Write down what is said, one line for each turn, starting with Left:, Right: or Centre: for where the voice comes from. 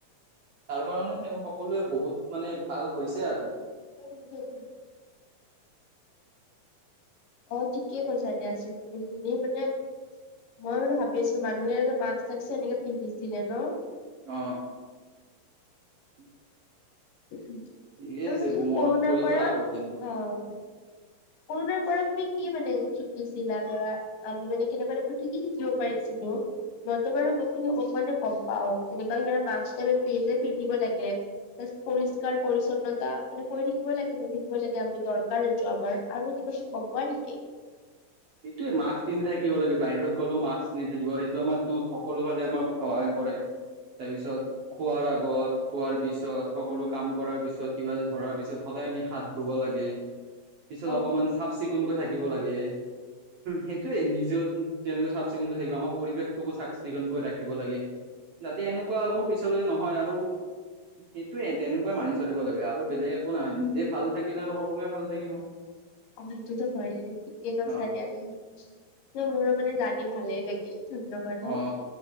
Right: তাৰ কাৰণে সেই সকলোৱে বহুত মানে ভাল হৈছে আৰু।
Left: উম, অ'ঠিকে কৈছা দিয়া আছিল বিন <unintelligible> মানে মই মান ভাবিছো, মানুহে মাস্ক সাস্ক এনেকে পিন্ধিছিলে ন।
Right: অ', <inaudible>
Left: আৰু
Right: ঠিকে আছে
Left: কছিল <unintelligible>
Right: মনত
Left: কৰণাৰ
Right: পৰি
Left: পৰা
Right: গ'ল আগৰ দিনবোৰ
Left: আহ কৰণাৰ পৰা তুমি কি মানে শিকিছিলা ধৰা আমি মানে কেনেকা কি, কি শিকিব পাৰিছিলো। মইতো বাৰু গোটেইখিনি, অকমানে গম পাওঁ তেনেকুৱা পিন্ধিব লাগে। <unintelligible> পৰিষ্কাৰ-পৰিচ্ছন্নতা মানে পৰি থাকিব লাগে, থাকিব লাগে আমি দৰকাৰ এইটো আমাৰ। আৰু কিবা কিবি গম পোৱা নেকি?
Right: এইটোৱে মাস্ক কিনি থাকিব লাগে, বাহিৰত গ'লেও মাস্ক কিনি থাকিব, সেইটো আমাৰতো সকলো ফালে আমাক সহায় কৰে। তাৰপিছত খোৱাৰ আগত, খোৱাৰ পিছত, সকলো কাম কৰাৰ পিছত কিবা এটা ধৰাৰ পিছত সদায় আমি হাত ধুব লাগে, পিছত
Left: অ
Right: অকমান
Left: অ
Right: চাফ চিকুণকৈ থাকিব লাগে। সেইটোৱেই নিজেও যেনেকৈ চাফ চিকুণকৈ থাকিব, আমাৰ পৰিৱেশটোকো চাফ চিকুণকৈ ৰাখিব লাগে। যাতে এনেকুৱা আকৌ
Left: অ
Right: পিছলৈ নহয় আৰু সেইটোৱে, তেনেকুৱাই মানি চলিব লাগে, আৰু বেলেগ একো নহয়, নিজে ভাল থাকিলে আৰু সকলোৱে ভাল থাকিব। <inaudible>
Left: অ' সেইটোতো হয়েই, ঠিকে কৈছা
Right: অ
Left: দিয়া তুমি ন মোৰো মানে জানি ভালেই লাগিল। ধন্যবাদ
Right: অ
Left: হা